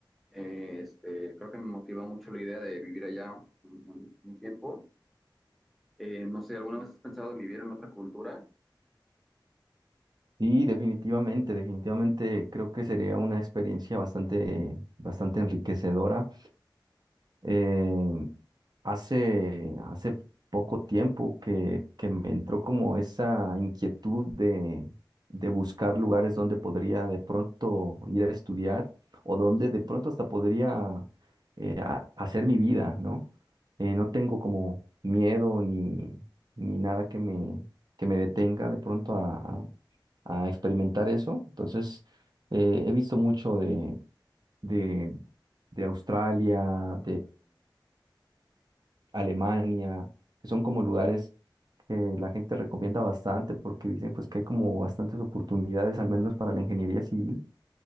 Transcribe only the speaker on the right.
Sí, definitivamente, definitivamente creo que sería una experiencia bastante, bastante enriquecedora Eh, hace, hace poco tiempo que, que me entró como esa inquietud de, de buscar lugares donde podría de pronto ir a estudiar o donde de pronto hasta podría eh, a- hacer mi vida, ¿no? Eh, no tengo como miedo ni, ni nada que me, que me detenga de pronto a, a- a experimentar eso. Entonces, eh, he visto mucho de, de, de Australia, Alemania, que son como lugares que la gente recomienda bastante porque dicen pues que hay como bastantes oportunidades, al menos para la ingeniería civil,